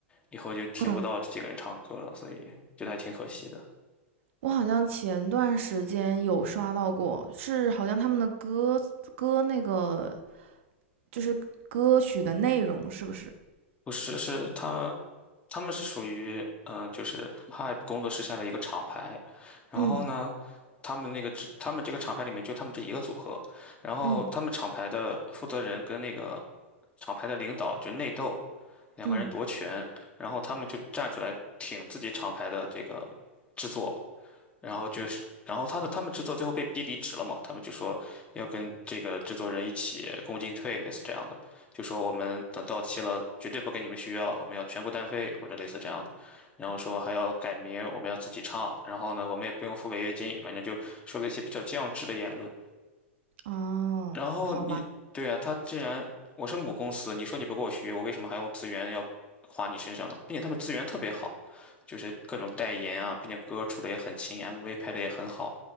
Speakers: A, on the left; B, on the right.
A: 以后就听不到这几个人唱歌了，
B: 嗯，
A: 所以觉得还挺可惜的。
B: 我好像前段时间有刷到过，是好像他们的歌歌那个就是歌曲的内容是不是？
A: 不是，是他们，他们是属于嗯、呃就是 Hype 工作室下的一个厂牌，然后呢，
B: 嗯。
A: 他们那个只他们这个厂牌里面就他们这一个组合，然后他们厂牌的负责人跟那个
B: 嗯
A: 厂牌的领导就内斗，两个人夺权，
B: 嗯，
A: 然后他们就站出来挺自己厂牌的这个制作，然后就是，然后他的他们制作最后被逼离职了嘛，他们就说要跟这个制作人一起共进退，类似这样的，就说我们等到期了，绝对不跟你们续约了，我们要全部单飞或者类似这样的，然后说还要改名，我们要自己唱，然后呢，我们也不用付违约金，反正就说了一些比较降智的言论。
B: 哦，
A: 然后你，
B: 好吧，
A: 对呀，他既然我是母公司，你说你不给我学，我为什么还用资源要花你身上呢？并且他们资源特别好，就是各种代言啊，并且歌出的也很勤，MV 拍的也很好，